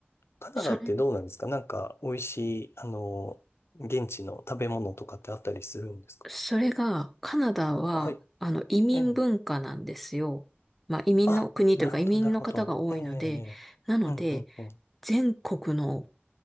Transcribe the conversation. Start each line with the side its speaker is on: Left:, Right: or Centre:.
Left: カナダってどうなんですかなんか、
Centre: それ
Left: 美味しい、あの、現地の食べ物とかってあったりするんですか
Centre: それが、カナダは、
Left: はい。
Centre: あの、移民文化なんですよ。
Left: ええ。
Centre: まあ、移民の国というか、
Left: あ、なるほど、
Centre: 移民の方が多いので、
Left: なるほど。ええ、ええ。
Centre: なので、
Left: ええうん、うん、うん。
Centre: 全国の、